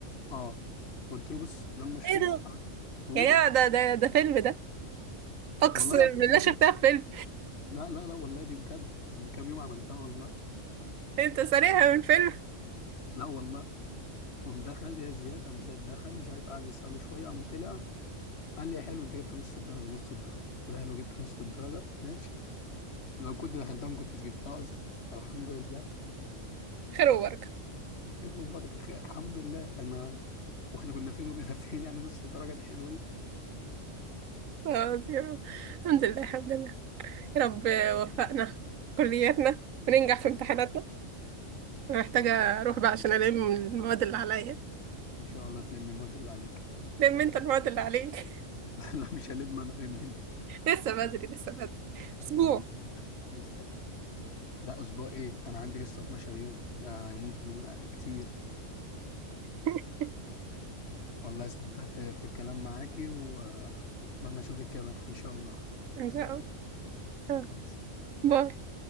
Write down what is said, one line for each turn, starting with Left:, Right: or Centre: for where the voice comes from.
Left: اه قلت له بص ده المشروع
Right: ايه ده؟
Left: قعدت شرحته
Right: يا جماعة
Left: له
Right: ده ده ده فيلم ده اقسم
Left: والله العظيم
Right: بالله
Left: بجد
Right: شفتها في فيلم
Left: لا لا لا والله دي بجد من كام يوم عملتها والله
Right: انت سريعة من فيلم <laughs>
Left: لا والله قام دخل يا زياد قام زياد دخل مش عارف قعد يسأله شوية قام طلع قال لي يا حلو انت جبت نص الدرجة نص الدرجة قلت له حلو جبت نص الدرجة ماشي لو كنت دخلتها ما كنتش جبتها اصلا فالحمد لله
Right: خير وبركة
Left: خير وبركة خير الحمد لله انا واحنا كنا فين وبقينا <laughs> فين يعني نص الدرجة دي حلوين
Right: خلاص يا رب. الحمد لله الحمد لله يا رب وفقنا في كلياتنا وننجح في امتحاناتنا
Left: ان
Right: انا
Left: شاء
Right: محتاجة
Left: الله
Right: اروح بقى
Left: <laughs>
Right: عشان الم المواد اللي عليا
Left: ان شاء الله تلم المواد اللي عليك
Right: لم انت المواد اللي عليك
Left: <laughs> لا مش هلم انا لم انت
Right: <laughs> لسه بدري لسه بدري اسبوع
Left: أنا لسه برضه. لسه لسه لا اسبوع ايه انا عندي لسه 12 يوم آه ممكن آه كتير
Right: <laughs>
Left: والله استمتعت في الكلام معاكي واتمنى اشوفك كده ان شاء الله
Right: ان شاء الله آه.
Left: مع السلامة.
Right: باي